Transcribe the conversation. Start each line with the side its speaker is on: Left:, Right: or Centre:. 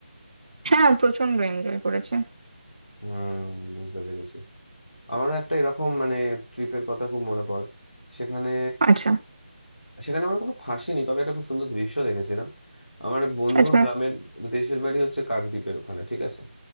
Right: হ্যাঁ প্রচন্ড এনজয় করেছে
Left: হুম বুঝতে পেরেছি আমারও একটা এরকম মানে ট্রিপের কথা খুব মনে পড়ে সেখানে
Right: আচ্ছা
Left: সেখানে আমার কোনো ফাঁসি নেই তবে একটা খুব সুন্দর দৃশ্য দেখেছিলাম আমার এক বন্ধুর
Right: আচ্ছা
Left: গ্রামের দেশের বাড়ি হচ্ছে কাকদ্বীপের ওখানে ঠিক আছে